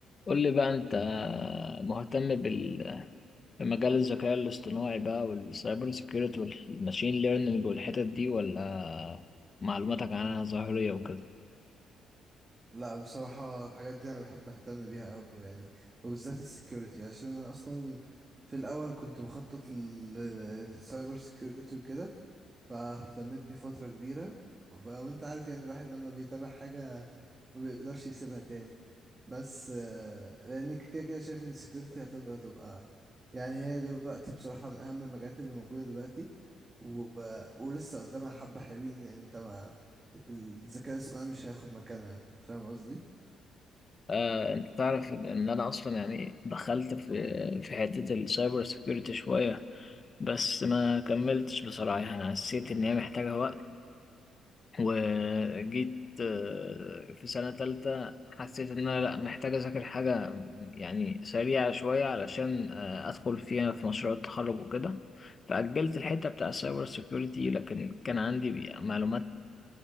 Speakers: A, on the left; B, on the right.
A: قول لي بقى انت مهتم بال- بمجال الذكاء الاصطناعي بقى والسايبر سيكيورتي والماشين ليرنينج والحتت دي ولا معلوماتك عنها ظاهرية وكده
B: لا بصراحة الحاجات دي أنا بحب أهتم بيها أوي يعني وبالذات السكيورتي عشان أنا أصلا في الأول كنت مخطط للسايبر سكيورتي وكده فاهتميت بيه فترة كبيرة ف- وانت عارف يعني الواحد لما بيتابع حاجة ما بيقدرش يسيبها تاني بس آه، لان كده كده شايف ان السكيورتي هتبقى تبقى يعني هي دلوقتي بصراحة من اهم المجالات اللي موجودة دلوقتي و... ولسه قدامها حبة حلوين يعني انت ما الذكاء الاصطناعي مش هياخد مكانها فاهم قصدي
A: آه، انت تعرف ان إن انا اصلا يعني دخلت في في حتة السايبر سيكيورتي شوية بس ما كملتش بصراحة انا حسيت ان هي محتاجة وقت وجيت آه، في سنة تالتة حسيت إن أنا لأ محتاج أذاكر حاجة يعني سريعة شوية علشان آه، أدخل فيها في مشروع التخرج وكده فأجلت الحتة بتاع السايبر سيكيورتي لكن كان عندي بي- معلومات